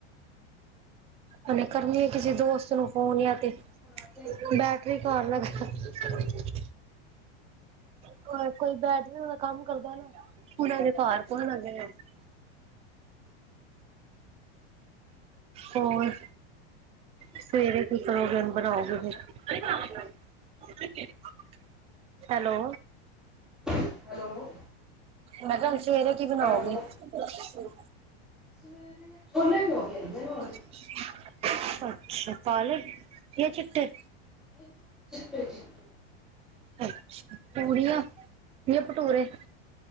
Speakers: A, on the right (about 20°); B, in the centre.
A: ਹੁਨੇ ਕਰਨੀ ਆ ਕਿਸੇ ਦੋਸਤ ਨੂੰ ਫੋਨ ਯ ਤੇ
B: ਫਰਾਟੇ ਅੱਗੇ
A: ਬੈ <unintelligible> <unintelligible> ਹੋਰ ਸਵੇਰੇ ਕੀ ਕਰੋ ਗੇ ਬਨਾਓਗੇ ਫਿਰ <unintelligible> ਹੈਲੋ
B: <unintelligible> ਹੈਲੋ
A: ਮੈਂ ਕਿਹਾ ਹੁਨ ਸਵੇਰੇ ਕੀ ਬਨਾਓਗੇ
B: ਹੈਲੋ
A: ਹੁਨ
B: <unintelligible>
A: <unintelligible> ਅੱਛਾ ਕਾਲੇ ਯਾ ਚਿੱਟੇ
B: <unintelligible>
A: <unintelligible> ਅੱਛਾ ਪੂਰੀਆਂ ਯਾ ਭਟੂਰੇ